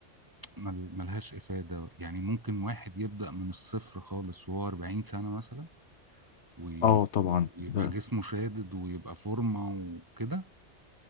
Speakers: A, on the right; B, on the left.
A: مل- ملهاش إفادة يعني ممكن واحد يبدأ من الصفر خالص وهو 40 سنة مثلا وي-
B: اه طبعا
A: ويبقى
B: ده
A: جسمه شادد ويبقى فورمة وكده